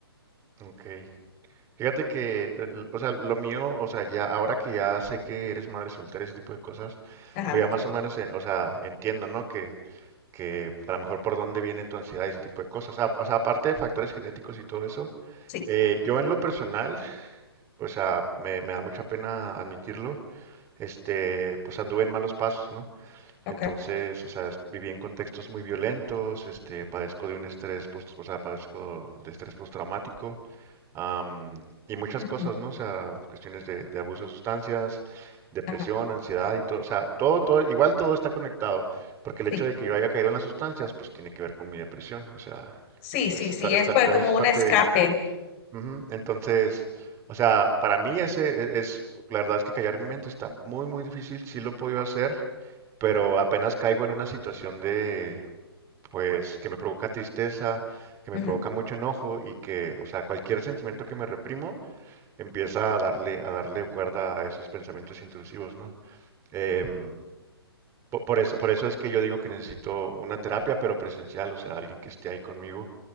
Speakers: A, on the right; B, on the left.
A: Ok. Fíjate que, el- o sea, lo mío, o sea, ya ahora que ya sé que eres madre soltera, ese tipo de cosas,
B: Ajá,
A: pues ya más o menos, eh, o sea, entiendo, ¿no? Que, que a lo mejor por dónde viene tu ansiedad y ese tipo de cosas. A- O sea, aparte de factores genéticos y todo eso,
B: sí,
A: eh, yo en lo personal, o sea, me, me da mucha pena admitirlo, este, pues anduve en malos pasos, ¿no?
B: ok.
A: Entonces, o sea, es- viví en contextos muy violentos, este, padezco de un estrés, post, o sea, padezco de estrés postraumático, am, y muchas
B: ujú,
A: cosas, ¿no? O sea, cuestiones de, de abuso de sustancias, depresión,
B: Ajá,
A: ansiedad y todo, o sea, todo, todo, igual todo está conectado, porque el
B: sí,
A: hecho de que yo haya caído en las sustancias, pues tiene que ver con mi depresión, o sea,
B: sí, sí,
A: es-
B: sí,
A: está- está-
B: es pa-
A: también
B: como
A: es
B: un
A: parte
B: escape.
A: de ello. Ujú, Entonces, o sea, para mí ese e- es, la verdad es que callar mi mente está muy, muy difícil, sí lo he podido hacer, pero apenas caigo en una situación de, pues, que me provoca tristeza, que me
B: ujú,
A: provoca mucho enojo y que, o sea, cualquier sentimiento que me reprimo empieza a darle, a darle cuerda a esos pensamientos intrusivos, ¿no? Em, por, por eso, por eso es que yo digo que necesito una terapia, pero presencial, o sea, alguien que esté ahí conmigo,